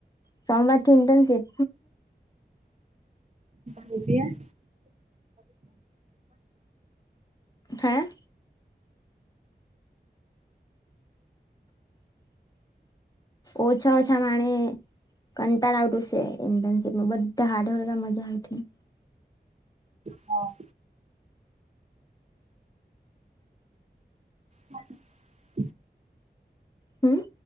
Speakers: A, on the left; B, on the right.
A: સોમવાર થી ઇન્ટર્નશીપ
B: રૂપિયા
A: હે ઓછા ઓછા માણે કંટાળા આવટું સે ઇડનશીપમાં બધા હાડ મજા આવી
B: હા હા
A: હમ